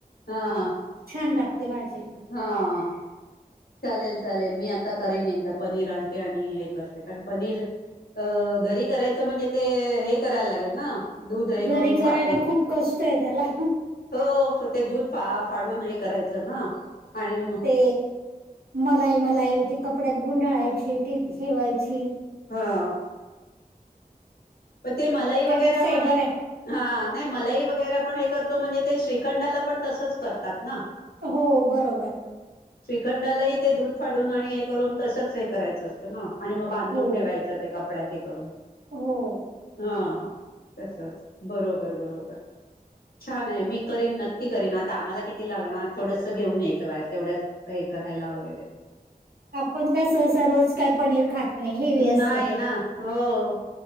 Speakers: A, on the left; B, on the right.
A: हा, हा,
B: छान लागते भाजी
A: हा, हा. चालेल, चालेल मी आता करेन एकदा, पनीर आणते आणि हे करते कारण पनीर अ घरी करायचं म्हणजे ते, हे करायला लागेल ना? दूध हे
B: घरी
A: करून,
B: करायला
A: फाटून
B: खूप कष्ट आहे त्याला
A: हो ते दूध फा फाडून हे करायचं ना आणि मग
B: ते मलाई, मलाई ते कपड्यात गुंडळायची टीप ठेवायची
A: हा. मग ते मलाई
B: त्यापेक्षा
A: वगैरे, आपण
B: हे बरं
A: एक
B: आहे
A: हा, नाही मलई वगैरे आपण हे करतो म्हणजे, ते श्रीखंडाला पण तसंच करतात ना?
B: हो बरोबर.
A: श्रीखंडालाही ते दूध फाडून आणि हे करून तसंच हे करायचं असत- ना आणि मग बांधून
B: हो
A: ठेवायचं, ते कपड्या हे करून.
B: हो.
A: हा, तसच बरोबर, बरोबर. छान हाय, मी करीन, नक्की करीन, आता आम्हाला किती लागणार, थोडंसं घेऊनचं बाहेर तेवढच हे करायला वगैरे.
B: आपण काय सहसा रोज काय पनीर खात नाही हेवी
A: नाही
B: असतं ते
A: ना, हो.